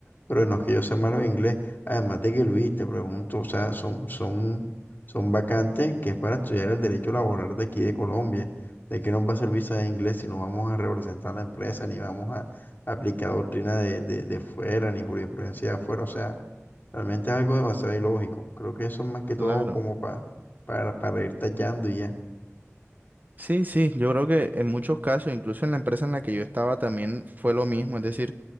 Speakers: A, on the left; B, on the right.
A: pero no es que yo sea malo en inglés, además de que Luis, te pregunto, o sea, son, son, son vacantes que es para estudiar el derecho laboral de aquí de Colombia, de qué nos va a servir saber inglés si no vamos a representar la empresa, ni vamos a aplicar doctrina de, de, de fuera, ni jurisprudencia de afuera, o sea, realmente es algo demasiado ilógico, creo que eso es más que
B: Claro.
A: todo como para, para, para ir tallando y ya.
B: Sí, sí, yo creo que en muchos casos, incluso en la empresa en la que yo estaba también fue lo mismo, es decir,